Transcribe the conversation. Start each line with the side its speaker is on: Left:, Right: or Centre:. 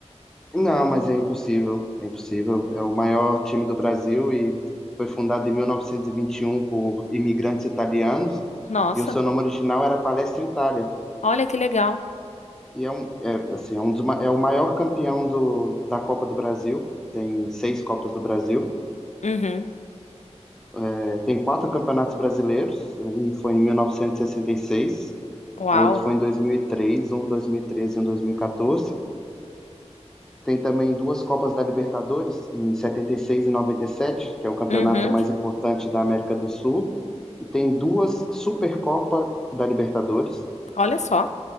Centre: Não, mas é impossível, é impossível. É o maior time do Brasil e foi fundado em 1921 por imigrantes italianos
Left: Nossa,
Centre: e o seu nome original era Palestra Itália.
Left: olha que legal.
Centre: E é um, é, assim, é um dos, ma- é o maior campeão do, da Copa do Brasil. Tem seis Copas do Brasil.
Left: Uhum.
Centre: É, tem quatro campeonatos brasileiros. Um foi em 1966,
Left: Uau.
Centre: o outro foi em 2003, um em 2013 e treze e um em 2014. Tem também duas Copas da Libertadores, em 76 e 97, que é o campeonato
Left: Uhum.
Centre: mais importante da América do Sul. E tem duas Supercopa da Libertadores.
Left: Olha só.